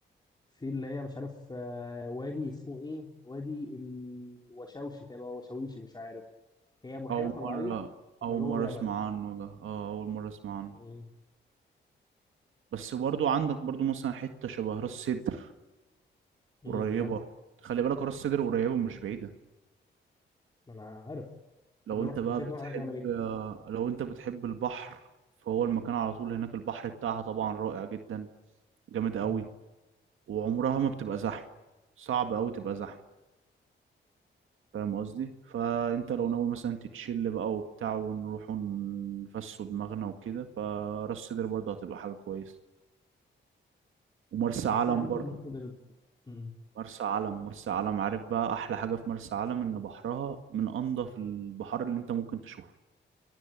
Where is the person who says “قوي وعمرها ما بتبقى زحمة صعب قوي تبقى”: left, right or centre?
Right